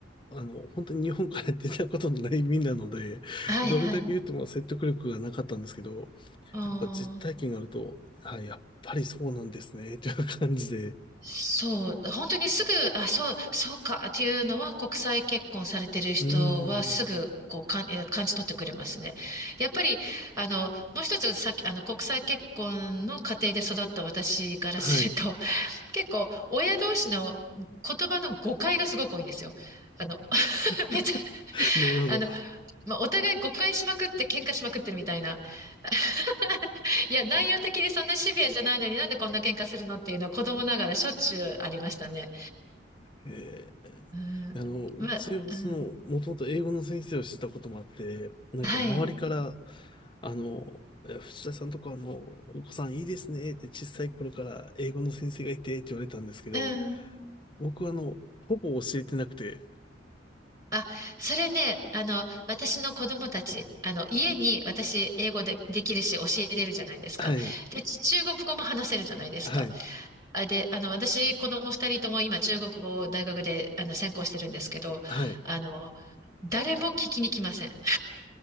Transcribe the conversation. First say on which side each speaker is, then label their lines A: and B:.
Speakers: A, on the left (about 25°); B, on the right (about 20°).
A: あの、本当に日本から出たことのない身なので、
B: はいはい。
A: どれだけ言っても説得力がなかったんですけど、や
B: ああ、
A: っぱ実体験があると、はい、やっぱりそうなんですね、という感じで。
B: そう。本当にすぐ、あ、そう、そうかっていうのは国際結婚されてる人はすぐこうかん、
A: うーん。
B: えー感じ取ってくれますね。やっぱり、あの、もう一つさっき、あの、国際結婚の家庭で育った私からすると、
A: はい。
B: <laughs> 結構親同士の言葉の誤解がすごく多いんですよ。あの、<laughs>
A: <laughs>
B: めっちゃ、
A: なるほど。
B: あの、まあ、お互い誤解しまくって喧嘩しまくってるみたいな。<laughs> いや、内容的にそんなシビアじゃないのになんでこんな喧嘩するのっていうのは子供ながらしょっちゅうありましたね。
A: え
B: うん。
A: え、あの、うちはその、
B: ま、うん。
A: もともと英語の先生をしてたこともあって、なんか周りから、
B: はい。
A: あの、いや藤田さんとかあの、お子さんいいですねって小さい頃から英語の先生がいてって言われたんですけど、
B: うん。
A: 僕はあの、ほぼ教えてなくて、
B: あ、それね、あの、私の子供たち、あの、家に私英語で、できるし教えれるじゃないですか。
A: はい、
B: で、ち中国語も話せるじゃないですか。
A: はい、
B: あ、で、あの、私、子供二人とも今中国語を大学で、あの、専攻してるんですけど、
A: はい。
B: あの、誰も聞きに来ません。